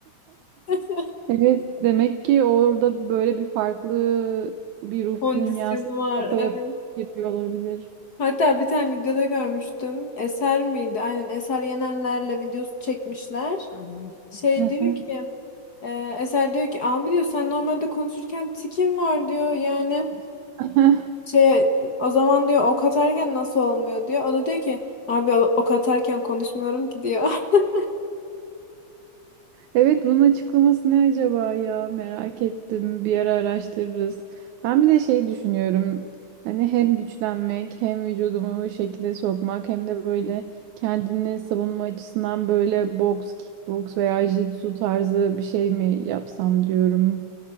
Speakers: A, on the left; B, on the right.
A: <laughs>
B: Evet, demek ki orada böyle bir farklı bir ruh
A: Kondisyonu
B: dünyası
A: var
B: kafaya
A: evet.
B: yapıp gidiyor olabilir.
A: Hatta bir tane videoda görmüştüm. Eser miydi? Aynen Eser Yenenler'le videosu çekmişler. Şey
B: <laughs>
A: diyor ki e, Eser diyor ki abi diyor sen normalde konuşurken tikin var diyor yani
B: <laughs>
A: şey o zaman diyor ok atarken nasıl olmuyor diyor. O da diyor ki abi o- ok atarken konuşmuyorum ki diyor. <laughs>
B: Evet bunun açıklaması ne acaba ya merak ettim bir ara araştırırız. Ben bir de şey düşünüyorum hani hem güçlenmek hem vücudumu şekilde sokmak hem de böyle kendini savunma açısından böyle boks, kickboks veya jitsu tarzı bir şey mi yapsam diyorum.